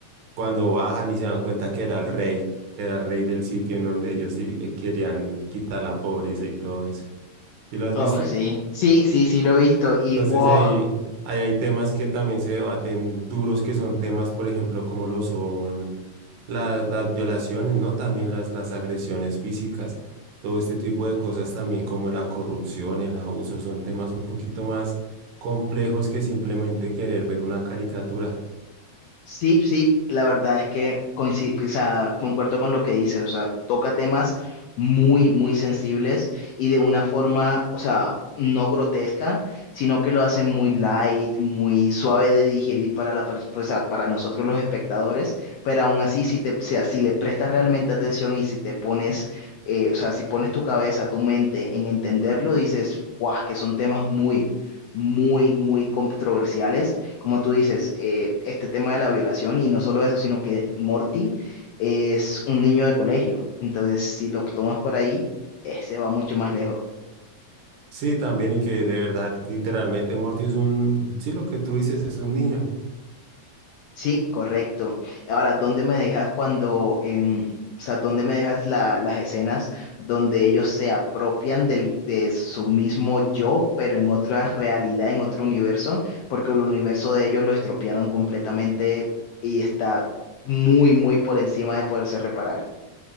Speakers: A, on the right; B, on the left.
A: cuando bajan y se dan cuenta que era el rey, que era el rey del sitio en donde ellos sí eh, querían quitar la pobreza y todo eso. ¿y lo has
B: Oh,
A: visto?
B: sí, sí, sí, sí, lo he visto y
A: Entonces
B: oh,
A: ahí, ahí hay temas que también se debaten duros, que son temas, por ejemplo, como lo son la- las violaciones, ¿no? También las, las agresiones físicas, todo este tipo de cosas también como la corrupción, el abuso, son temas un poquito más complejos que simplemente querer ver una caricatura.
B: Sí, sí, la verdad es que coincido, o sea, concuerdo con lo que dices, o sea, toca temas muy, muy sensibles y de una forma, o sea, no grotesca, sino que lo hace muy light, muy suave de digerir para la, pers- o sea, para nosotros los espectadores, pero aún así, si te, o sea, si le prestas realmente atención y si te pones, eh, o sea, si pones tu cabeza, tu mente en entenderlo, dices, guau, que son temas muy, muy, muy controversiales como tú dices, eh, este tema de la violación y no solo eso, sino que Morty es un niño de colegio. Entonces, si lo tomas por ahí, ese va mucho más lejos.
A: Sí, también y que de verdad, literalmente Morty es un, sí, lo que tú dices es un niño.
B: Sí, correcto. Ahora, ¿dónde me dejas cuando, em, o sea, dónde me dejas la- las escenas donde ellos se apropian del, de su mismo yo, pero en otra realidad, en otro universo, porque el universo de ellos lo estropearon completamente y está muy, muy por encima de poderse reparar?